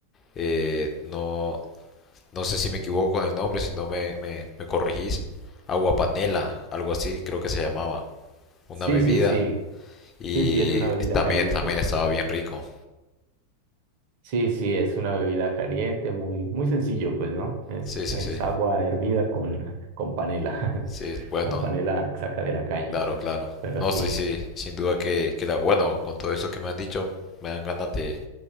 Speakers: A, on the left (about 25°); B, on the right (about 45°).
A: eh, no, no sé si me equivoco con el nombre, si no me, me, me corregís. Agua panela, algo así creo que se llamaba. Una
B: Sí,
A: bebida.
B: sí, sí,
A: Y
B: sí, sí, es una bebida
A: también,
B: caliente.
A: también estaba bien rico.
B: Sí, sí, es una bebida caliente, muy, muy sencillo, pues, ¿no? Es,
A: Sí, sí,
B: es
A: sí.
B: agua hervida con, con panela,
A: Sí,
B: <laughs>
A: bueno.
B: con panela saca de la caña,
A: Claro, claro.
B: pero
A: No
B: sí.
A: sé si, sin duda que, que la, bueno, con todo eso que me han dicho, me dan ganas de,